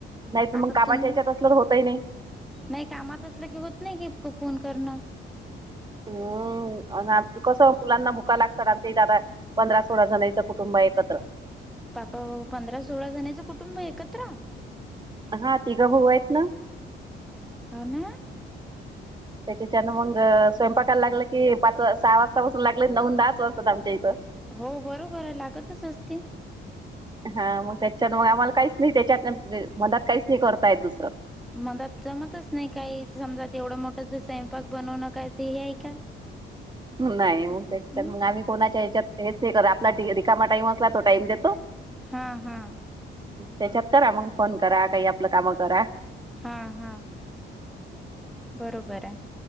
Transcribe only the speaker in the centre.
आता
तुम
नाही कामात असलं की, होत नाही की फोन करणं.
बाप पंधरा सोळा जण्याचं कुटुंब एकत्र.
हा ना.
हो बरोबर आहे लागतच असते.
मला जमतच नाही काही, समजा तेवढं मोठं स्वयंपाक बनवणं काय ते हे आहे का.
हम्म
हा हा.
हा हा. बरोबर आहे.